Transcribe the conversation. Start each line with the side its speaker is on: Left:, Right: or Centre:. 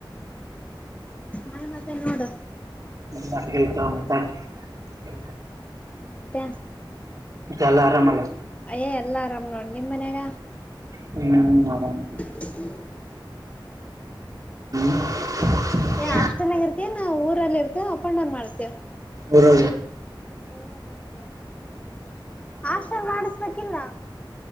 Left: ನಾಯ ಮತ್ತೆ ಎಲ್ಲೋಡ
Right: ಹಂಗಯ್ತ ಮ ಹ
Left: ಮತ್ತೆ
Right: ಯಾಲ್ಲ ಆರಾಮಲ್ಲ
Left: ಯ್ಯೇ ಎಲ್ಲಾ ಆರಾಮ್ ನೋ ನಿಮ್ಮ ಮನ್ಯಾಗ
Right: ಹ್ಮ್
Left: <unintelligible>
Right: ಆರಾಮ್ ಹ್ಮ್
Left: ನಾ ಹಾಸ್ಟೆಲ್ ಯಾಲ್ಲಿ ಇರ್ತೇ ನಾವುಊರಲ್ಲಿ ಇರ್ೇವ ಅಪ್ ಅಂಡ್ ಡೌನ್ ಮಾಡ್ತೇವ
Right: ಹೂರ
Left: ಹರ <inaudible> ಹಾಸ್ಟೆಲ್ ಮಾಡಿಸಬೇಕ ಕಿಲ್ಲ